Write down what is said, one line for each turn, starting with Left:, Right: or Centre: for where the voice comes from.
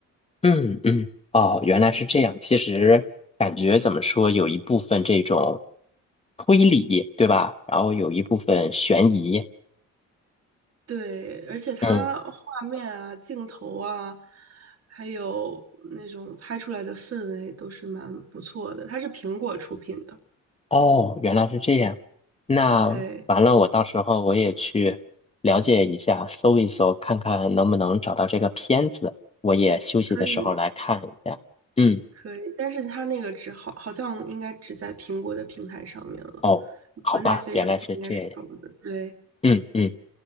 Left: 嗯嗯，哦，原来是这样。其实感觉怎么说，有一部分这种推理，对吧？然后有一部分悬疑。
Right: 对，而且它画面啊、
Left: 嗯，
Right: 镜头啊，还有那种拍出来的氛围都是蛮不错的。它是苹果出品的，
Left: 哦，原来是这样。那完了，
Right: 对，
Left: 我到时候我也去了解一下，搜一搜，看看能不能找到这个片子。我也休息的时候来看一下。
Right: 可以
Left: 嗯，
Right: 可以，但是它那个只好好像应该只在苹果的平台上面了，
Left: 哦，好吧，
Right: 和奈飞上的话应该是找不到。
Left: 原来是这样。
Right: 对
Left: 嗯嗯，